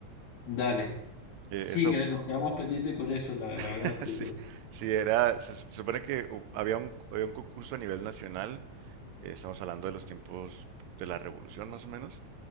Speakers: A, on the left; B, on the right.
A: Dale.
B: Eh,
A: Sí,
B: eso
A: que nos quedamos pendientes con eso la, la
B: <laughs>
A: vez anterior.
B: Sí, sí, era, se, se supone que hu- había un, había un concurso a nivel nacional, eh, estamos hablando de los tiempos de la revolución más o menos,